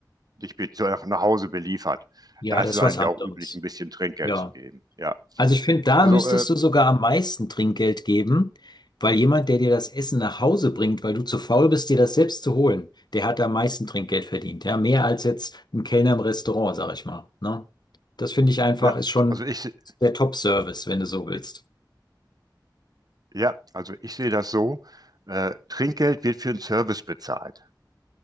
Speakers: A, on the right; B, on the left.
A: dich be- zu- nach nach Hause beliefert,
B: Ja,
A: da ist
B: das
A: es
B: ist
A: eigentlich
B: was anderes.
A: auch üblich, ein bisschen Trinkgeld
B: Ja.
A: zu geben. Ja,
B: Also ich finde, da
A: also
B: müsstest
A: äh,
B: du sogar am meisten Trinkgeld geben, weil jemand, der dir das Essen nach Hause bringt, weil du zu faul bist, dir das selbst zu holen, der hat am meisten Trinkgeld verdient. Ja, mehr als jetzt ein Kellner im Restaurant, sag ich mal. Ne? Das finde ich einfach,
A: ja,
B: ist schon
A: also ich, se-
B: der Top-Service, wenn du so willst.
A: i- ja, also ich sehe das so: äh, Trinkgeld wird für einen Service bezahlt,